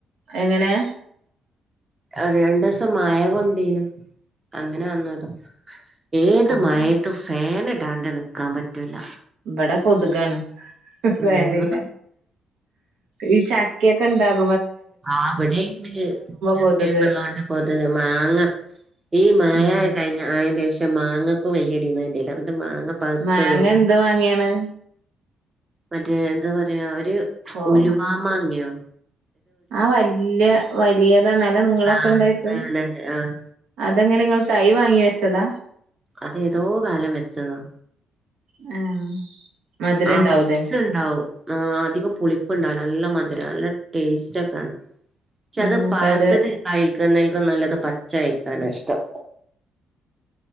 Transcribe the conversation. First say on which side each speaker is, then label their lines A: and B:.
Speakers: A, on the right; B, on the right.
A: എങ്ങനെ?
B: അത് രണ്ടൂസം മഴകൊണ്ട് ണ്ടിനു അങ്ങനെ വന്നതാ. ഏത്
A: ആഹ്
B: മഴയത്തും ഫാന് ട്ടാൻണ്ട് നിക്കാൻ പറ്റൂല
A: ഇവിടെ കൊതുകാണ് ഫേനില്ല.
B: ഉം
A: ഈ ചാ <unintelligible>
B: ആ ഇവിടെയ്ണ്ട്, ചക്കെ
A: കൊതുക്
B: <unintelligible> മാങ്ങ ഈ മാങ്ങ
A: ഉം
B: ആഹ് കഴിഞ്ഞ അയിന്റെഷം മാങ്ങക്കും വലിയ ഡിമാൻടില്ല, ഇവിടുത്തെ മാങ്ങ പഴുത്ത്
A: മാങ്ങ
B: വികാ
A: എന്ത് മാങ്ങയാണ്
B: മറ്റേ എന്താ പറയാ ഒര്
A: കോമാ
B: ഉലുവാ മാങ്ങയോ
A: ആ വല്ല്യ വലിയതാ നല്ല നീളൊക്കെ
B: ആഹ്
A: ഇണ്ടായിട്ട്
B: വെള്ളണ്ട് ആഹ്
A: അതെങ്ങനെ നിങ്ങൾ തൈ വാങ്ങി വെച്ചതാ
B: അതെതോ കാലം വെച്ചതാ
A: ആഹ്. മധുരം
B: നറച്ചുണ്ടാവും
A: ഇണ്ടാവൂലേ
B: ആഹ് അധികം പുളിപ്പ്ണ്ടാവൂല നല്ല മ ത് രാ, നല്ല ടേസ്റ്റൊക്കാണ്. പക്ഷെ അത്
A: നിങ്ങക്കത്
B: പഴത്ത്ന്ന് ഇണ്ടായി നിൽക്കു ന്നത് നല്ലത് പച്ച കഴിക്കാനാ ഇഷ്ടം.